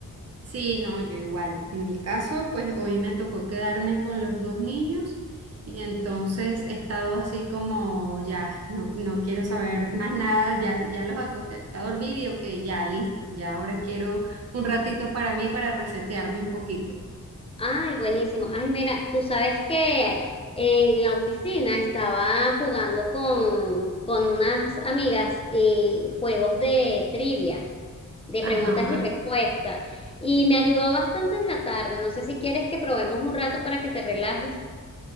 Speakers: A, on the right; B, on the left.
A: Sí, no, yo igual. En mi caso, pues hoy me tocó quedarme con los dos niños y entonces he estado así como ya, no, no quiero saber más nada, ya, ya los acosté a dormir y ok, ya listo, ya ahora quiero un ratito para mí para resetearme un poquito.
B: Ay, buenísimo. Ay, mira, tú sabes que eh, en la oficina estaba jugando con, con unas amigas eh, juegos de trivia. de
A: Ajá.
B: preguntas y respuestas. Y me ayudó bastante en la tarde. No sé si quieres que probemos un rato para que te relajes.